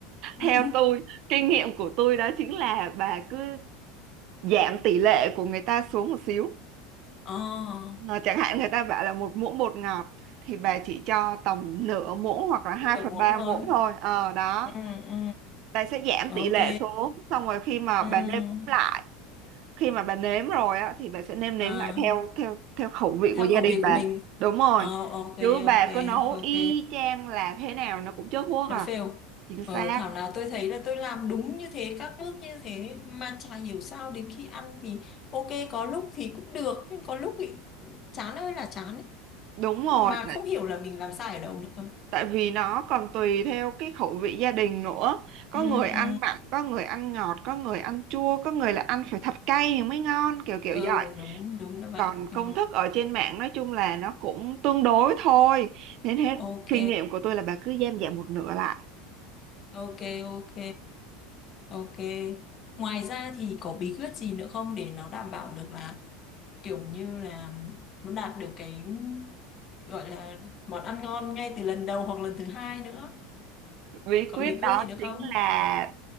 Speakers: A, on the left; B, on the right.
A: <laughs>
B: theo tôi kinh nghiệm của tôi đó chính là bà cứ giảm tỷ lệ của người ta xuống một xíu
A: ờ
B: Ờ, chẳng hạn người ta bảo là một muỗng bột ngọt thì bà chỉ cho tầm nửa muỗng hoặc là 2
A: nửa
B: phần
A: muỗng
B: 3
A: thôi
B: muỗng thôi ờ đó
A: ừ ừ
B: bà sẽ giảm
A: ok
B: tỷ lệ xuống xong rồi khi mà
A: ừ
B: bà nêm lại khi mà bà nếm rồi á thì bà sẽ nêm nếm
A: à
B: lại theo theo theo khẩu vị
A: theo
B: của gia
A: khẩu
B: đình
A: vị
B: bà
A: của mình
B: đúng rồi
A: ờ ok
B: chứ bà
A: ok
B: cứ nấu
A: ok
B: y chang là thế nào nó cũng chớt guốc
A: nó
B: à
A: fail
B: chính
A: ờ,
B: xác
A: thảo nào tôi thấy là tôi làm đúng như thế các bước như thế mà chả hiểu sao đến khi ăn thì ok có lúc thì cũng được nhưng có lúc thì chán ơi là chán ấy.
B: đúng rồi
A: mà
B: tại,
A: không hiểu là mình làm sai ở đâu nữa cơ
B: tại vì nó còn tùy theo cái khẩu vị gia đình nữa có
A: ừ,
B: người ăn
A: ừ.
B: mặn có người ăn ngọt có người ăn chua có người là ăn phải thật cay thì mới ngon kiểu kiểu
A: ừ
B: vậy
A: đúng đúng là vậy
B: còn
A: ừ,
B: công thức ở trên mạng nói chung là nó cũng tương đối thôi nên hết
A: ok
B: kinh nghiệm của tôi là bà cứ giảm giảm một nửa lại
A: Ok, ok, ok. Ngoài ra thì có bí quyết gì nữa không để nó đảm bảo được là kiểu như là nó đạt được cái gọi là món ăn ngon ngay từ lần đầu hoặc lần thứ hai nữa.
B: bí
A: Có
B: quyết
A: bí quyết
B: đó
A: gì nữa
B: chính
A: không?
B: là